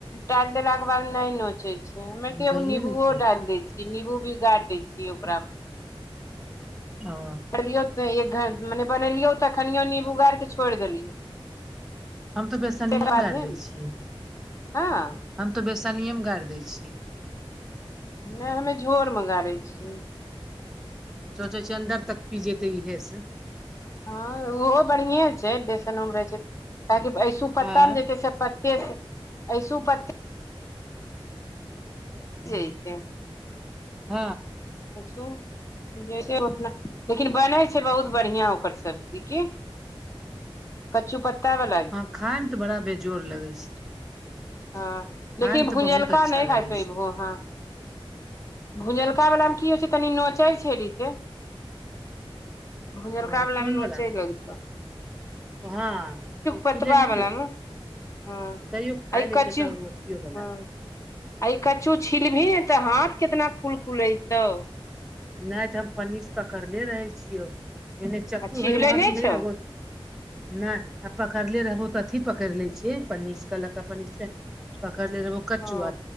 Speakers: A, on the left; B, in the centre.
A: डाल देला के बाद ने नोचे छै, ओते हमे तऽ
B: दैए
A: एगो नेबुओ
B: दै छियै
A: डायल दै छियै निमबू भी गाइर दै छियै ओकरामे
B: ह
A: बनेलियो एक घ मने बनेलियो तऽ खनिये उगरिक के छोड़ि देलियो
B: हम तऽ बेसनिमे
A: बादे
B: गरि दै
A: ने
B: छियै,
A: हँ
B: हम तऽ बेसनियेमे गरि दै छियै
A: नय हमे झोर मागा लेय छियै।
B: सोचै छिये अन्दर तक पी जेतै इहे से।
A: हँ ओहो बढ़िए छै बेसनोमे रहै छै काहेकि ऐसू पत्तमे
B: आँय
A: जेतै से केस अऐसू प्त <unintelligible>
B: ह
A: जैतै
B: ह
A: मशम जेना लेकिन बनै छै बहुत बढ़िया ओकर सब्जी की कचू पत्ता वाला
B: हाँ खाय मे तऽ बड़ा बेजोर लगै छै।
A: ह
B: खाय
A: लेकिन
B: मे तऽ
A: भुजलका
B: बहुत अच्छा
A: नहि
B: लगै
A: खाय पयबहो
B: छै
A: हँ भुजलका वला मे की होइ छै तनी नोचै छै रीते भुजलका
B: ओ
A: बलामे
B: कोन
A: नौचे
B: बला
A: लगत
B: हँ ओ
A: पतबा
B: पीले नहि
A: वाला
B: दै
A: मे
B: छै
A: हँ
B: तैयो खाय
A: आ ई
B: ले
A: कच्चू
B: छैक ओ छौ भला।
A: हँ आ ई कच्चू छिलबही ने तऽ हाथ कितना कुल कुल ऐतौ
B: नहि तऽ हम पच्चीस पकड़ले रहे छियौ। एने चक्कू
A: आ छिहले
B: भइ वहाँ
A: नहि
B: तधरि
A: छौ
B: आगहुत नहि आ पकड़ले रहबो तऽ अथी पकड़ लै छियै पनीर के लऽ कऽ पनीर पकड़ने रहे वो कच्चुआ
A: ओ